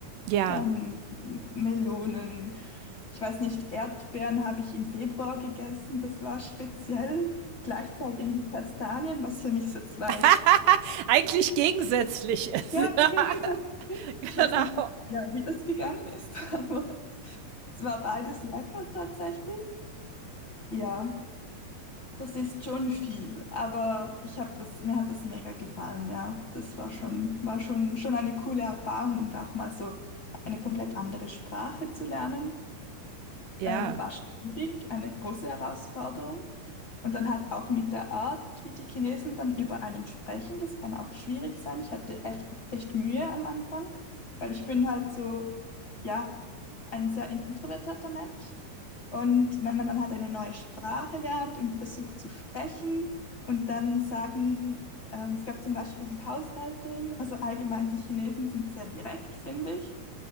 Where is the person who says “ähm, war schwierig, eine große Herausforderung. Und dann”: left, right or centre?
Left